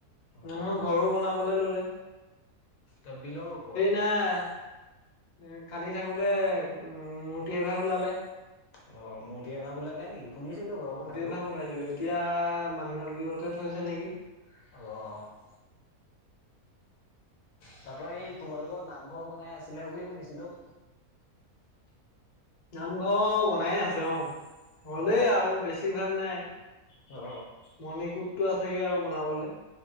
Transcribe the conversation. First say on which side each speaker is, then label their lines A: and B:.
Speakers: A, on the left; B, on the left.
A: অ',
B: মানুহৰ ঘৰো বনাবলে ললে
A: ত বিলৰ ওপৰত
B: আহ এ খান্দি থাকোতে উ মূৰ্তি এভাগ ওলালে
A: অ মোৰ দিয়া ভাগ ওলালে নেকি শুনিছিলো বাৰু
B: মূৰ্তি
A: কথাটো
B: এভাগ ওলাইছিলে, এতিয়া মাংনালতে থৈছে নেকি
A: অ তাৰ পৰাৰা এই তোমালোকৰ নামঘৰ বনাই আছিলে বুলি শুনিছিলো
B: নামঘৰ বনাইে আছে অ হলেই
A: অ',
B: আৰু বেছিভাগ নাই
A: অ
B: মণিকোটটো আছেগে আৰু বনাবলে